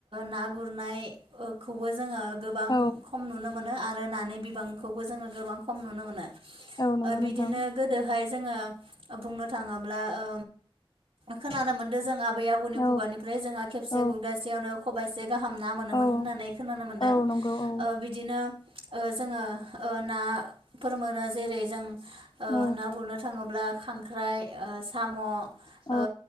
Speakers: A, on the right; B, on the left.
A: ना गुरनायखौबो जोङो गोबां
B: औ
A: खम नुनो मो नो आरो नानि बिबांखौबो जोङो गोबां खम नुनो मोनो
B: औ नंगौ
A: ओ बिदिनो
B: नोंथां
A: गोदोहाय जोङो बुंनो थाङोब्ला ओ खोनानो मोन्दों जों आबै आबौनि
B: औ
A: खुगानिफ्राय जोंहा खेबसे
B: औ
A: गुरगासेयावनो खबाइसे गाहाम ना मोनोमोन
B: औ
A: होननानै खोनानो मोन्दों
B: औ नंगौ औ
A: ओ बिदिनो ओ जोङो ओ ना फोर मोनो जेरै जों ओ
B: औ
A: ना गुरनो थाङोब्ला खांख्राइ ओ साम' ओ
B: औ